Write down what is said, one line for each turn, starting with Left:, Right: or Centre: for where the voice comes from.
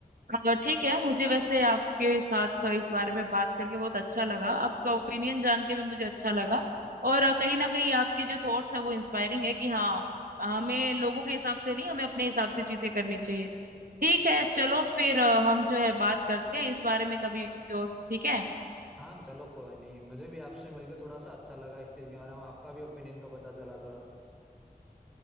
Right: हाँ, ठीक है मुझे वैसे आपके साथ तो इस बारे में बात करके बहुत अच्छा लगा आपका ओपिनियन जान के भी मुझे अच्छा लगा और अ, कहीं ना कहीं आपके जो थॉट्स हैं वो इंस्पायरिंग है कि हाँ हमें लोगों के हिसाब से नहीं हमें अपने हिसाब से चीजें करनी चाहिए ठीक है चलो फिर अ, हम जो है बात करते हैं इस बारे में कभी और ठीक है
Centre: हाँ चलो कोई नहीं मुझे भी आपसे मिलके थोड़ा सा अच्छा लगा इस चीज के बारे में आपका भी ओपिनियन का पता चला थोड़ा